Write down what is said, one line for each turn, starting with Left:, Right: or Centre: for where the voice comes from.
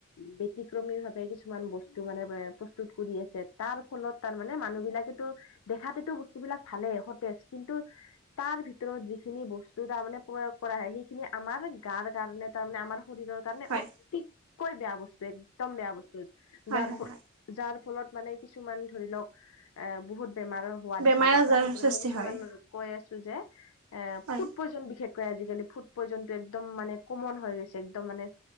Left: বে ব্যতিক্ৰমী ভাৱে কিছুমান বস্তু মানে পে প্ৰস্তুত কৰি আছে তাৰ ফলত তাৰমানে মানুহ বিলাকেতো দেখাতেতো বস্তুবিলাক ভালেই, সতেজ কিন্তু তাৰ ভিতৰত যিখিনি বস্তু, তাৰমানে প্ৰয়োগ কৰা হয়, সেইখিনি আমাৰ গাৰ কাৰণে, তাৰমানে আমাৰ শৰীৰৰ কাৰণে
Right: হয়
Left: অতিকৈ বেয়া বস্তু, একদম বেয়া বস্তু,
Right: হয়
Left: যাৰ
Right: হয় হয়
Left: যাৰফলত মানে কিছুমান ধৰি লওক, এ বহুত বেমাৰ হোৱা
Right: বেমাৰ
Left: দেখা যায়,
Right: আজাৰৰ
Left: তাৰ ভিতৰত
Right: সৃষ্টি
Left: মই কিছুমান
Right: হয়।
Left: কৈ আছো যে, এ
Right: হয়
Left: ফুট পইজন বিশেষকৈ আজিকালি, ফুড পইজনটো একদম মানে কমন হৈ গৈছে, একদম মানে